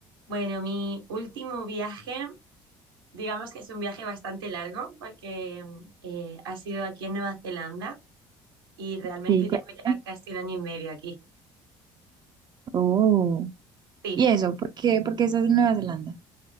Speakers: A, on the right; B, on the right.
A: Bueno, mi último viaje, digamos que es un viaje bastante largo porque eh, ha sido aquí en Nueva Zelanda y realmente
B: Sí,
A: llevo
B: cuéntame.
A: ya casi un año y medio aquí.
B: Oh.
A: Sí,
B: ¿Y eso? ¿Por qué? ¿Por qué estás en Nueva Zelanda?